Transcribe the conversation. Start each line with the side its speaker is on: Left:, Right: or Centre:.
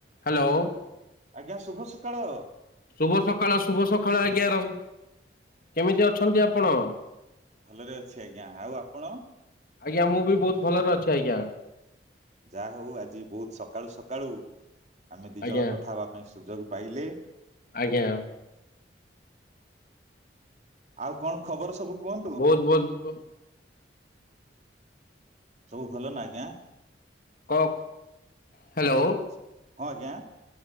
Left: ହ୍ୟାଲୋ
Right: ଆଜ୍ଞା ଶୁଭ ସକାଳ
Left: ଶୁଭ ସକାଳ ଶୁଭ ସକାଳ ଆଜ୍ଞା ରହ କେମିତି ଅଛନ୍ତି ଆପଣ?
Right: ଭଲରେ ଅଛି ଆଜ୍ଞା ଆଉ ଆପଣ?
Left: ଆଜ୍ଞା ମୁଁ ବି ବହୁତ ଭଲରେ ଅଛି ଆଜ୍ଞା।
Right: ଯାହା ହଉ ଆଜି ବହୁତ ସକାଳୁ ସକାଳୁ ଆମେ ଦି
Left: ଆଜ୍ଞା
Right: ଜଣ କଥା ହବା ପାଇଁ ସୁଯୋଗ ପାଇଲେ
Left: ଆଜ୍ଞା
Right: ଆଉ କଣ ଖବର ସବୁ? କୁହନ୍ତୁ
Left: ବହୁତ ବହୁତ
Right: ସବୁ ଭଲ ନା ଆଜ୍ଞା?
Left: କ ହ୍ୟାଲୋ।
Right: ଆଚ୍ଛା ହଁ ଆଜ୍ଞା।